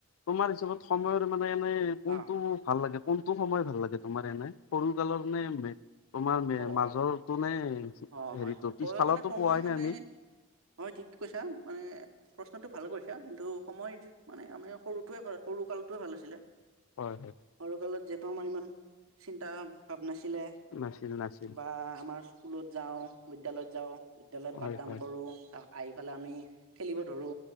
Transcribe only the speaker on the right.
অ
অ
অ অ
হয় হয়
মানে সময়
মানে
হয় ঠিক কৈছা মানে প্ৰশ্নটো ভাল কৰিছা কিন্তু সময় মানে আমি সৰুটোৱে <unintelligible> সৰু কালটোৱে ভাল আছিলে।
সৰু কালত যিহেতু আমাৰ ইমান চিন্তা ভাৱ নাছিলে।
বা আমাৰ স্কুলত যাওঁ, বিদ্যালয়ত যাওঁ, বিদ্যালয়ত পাঠদান
কৰো তাক আহি ফালে আমি খেলিব ধৰো,